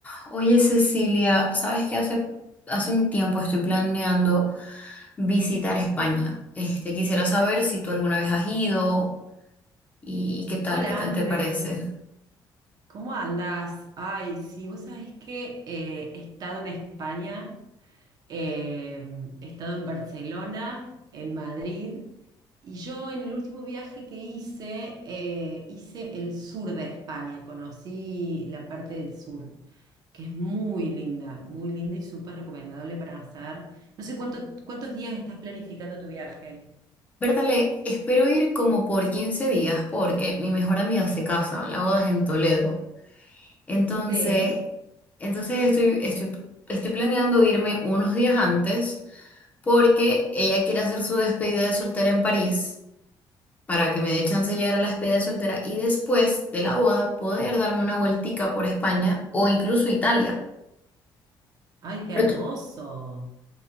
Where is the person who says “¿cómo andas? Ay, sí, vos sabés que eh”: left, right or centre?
Right